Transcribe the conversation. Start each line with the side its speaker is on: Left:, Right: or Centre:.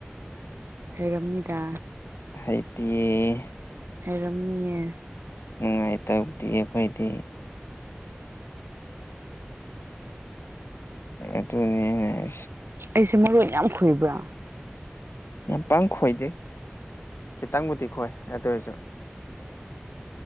Right: ꯍꯩꯔꯝꯅꯤꯗꯥ
Left: ꯍꯩꯇꯤꯌꯦ
Right: ꯍꯩꯔꯝꯅꯤꯌꯦ
Left: ꯅꯨꯡꯉꯥꯏ ꯇꯧꯗꯤꯌꯦ ꯑꯈꯣꯏꯗꯤ ꯑꯗꯨꯅꯤ ꯑꯩꯅ ꯍꯥꯏꯁꯦ
Right: ꯑꯩꯁꯦ ꯃꯔꯣꯟ ꯌꯥꯝ ꯈꯣꯏꯕ꯭ꯔ
Left: ꯌꯥꯝ ꯄꯥꯛ ꯈꯣꯏꯗꯦ ꯈꯤꯇꯪꯕꯨꯗꯤ ꯈꯣꯏ ꯑꯗꫭꯏꯖꯨ